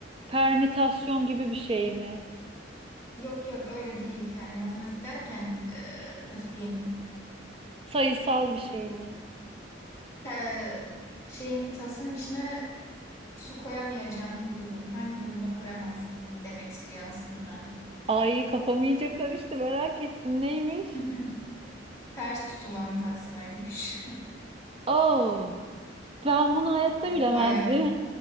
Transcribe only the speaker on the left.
Yok yok öyle değil. Yani matematik derken e, nasıl diyeyim?
Te- şeyin tasın içine su koyamayacağın bir durum. Hangi durumda koyamazsın demek istiyor aslında.
<laughs> Ters tutulan taslaymış.
<laughs>
Baya